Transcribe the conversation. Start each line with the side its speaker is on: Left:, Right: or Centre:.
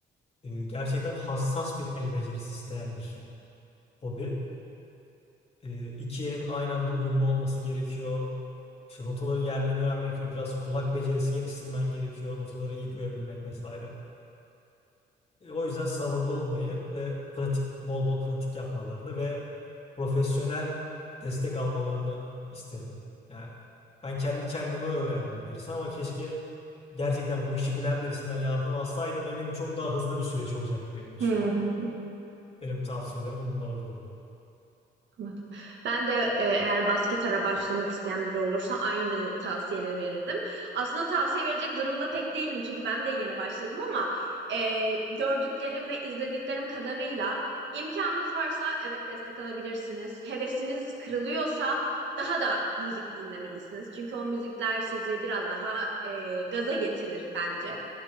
Left: E, gerçekten hassas bir el becerisi isteyen bir hobi. E, iki elin aynı anda uyumlu olması gerekiyor. İşte notaların yerlerini öğrenmek gerekiyor. Biraz kulak becerisi geliştirmen gerekiyor. Notaları iyi duyabilmek vesaire. E, o yüzden sabırlı olmayı ve pratik bol bol pratik yapmalarını ve profesyonel destek almalarını isterim. Yani ben kendi kendime öğrendim birisi ama keşke gerçekten bu işi bilen birisinden yardım alsaydım eminim çok daha hızlı bir süreç olacaktı benim için.
Right: <laughs>
Left: Benim tavsiyelerim bunlar olurdu.
Right: Anladım. Ben de e, eğer bas gitara başlamak isteyen biri olursa aynı tavsiyeleri verirdim. Aslında tavsiye verecek durumda pek değilim çünkü ben de yeni başladım ama e, gördüklerim ve izlediklerim kadarıyla imkanınız varsa evet destek alabilirsiniz. Hevesiniz kırılıyorsa daha da müzik dinlemelisiniz. Çünkü o müzikler sizi biraz daha e, gaza getirir bence.